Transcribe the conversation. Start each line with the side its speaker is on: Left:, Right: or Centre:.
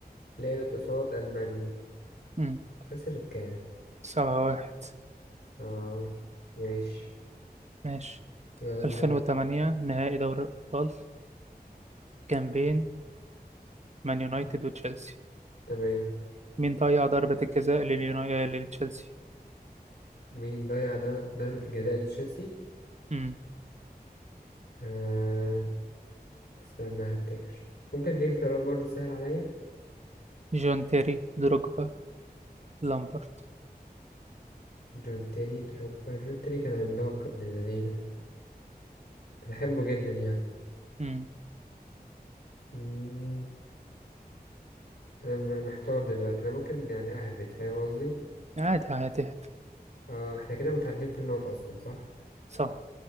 Left: لعبت قصاد ألمانيا
Right: امم
Left: خسرت كام؟
Right: سبعة واحد
Left: اه ماشي
Right: ماشي
Left: يلا
Right: ألفين وتمانية نهائي دوري الأبطال كان بين مان يونايتد وتشيلسي
Left: تمام
Right: مين ضيع ضربة الجزاء لليوناي... لتشيلسي
Left: مين ضيع ض- ضربة الجزاء لتشيلسي؟
Right: امم
Left: آه استنى هفتكر ممكن دي اختيارات برضه سهل عليا
Right: جون تيري دروجبا لامبرت
Left: جون تيري دروجبا جون تيري كان عملاق ابن الذين كنت بحبه جدا يعني
Right: امم
Left: مم. انا م- محتار دلوقتي انا ممكن يعني اهبد فاهم قصدي
Right: عادي عادي
Left: آه احنا كده متعادلين في النقط اصلا صح
Right: صح